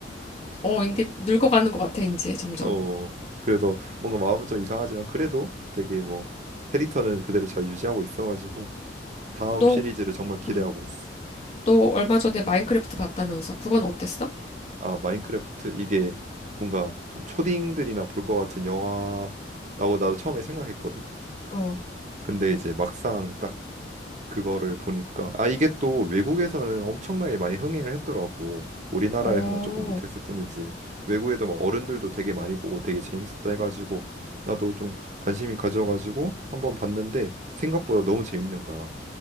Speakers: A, on the left (about 35°); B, on the right (about 40°).
A: 어, 이게 늙어가는 것 같아, 이제 점점.
B: 어, 그래서 뭔가 마음은 좀 이상하지만 그래도 되게 뭐 캐릭터는 그대로 잘 유지하고 있어가지고 다음
A: 너,
B: 시리즈를 정말 기대하고
A: 음,
B: 있어.
A: 너 얼마 전에 마인크래프트 봤다면서. 그건 어땠어?
B: 아, 마인크래프트 이게 뭔가 좀 초딩들이나 볼 것 같은 영화라고 나도 처음에 생각했거든.
A: 어,
B: 근데 이제 막상 딱 그거를 보니까 아, 이게 또 외국에서는 엄청나게 많이 흥행을 했더라고. 우리나라에서만
A: 어.
B: 조금 못했을 뿐이지 외국에도 막 어른들도 되게 많이 보고 되게 재밌었다 해가지고 나도 좀 관심이 가져가지고 한번 봤는데 생각보다 너무 재밌는 거야.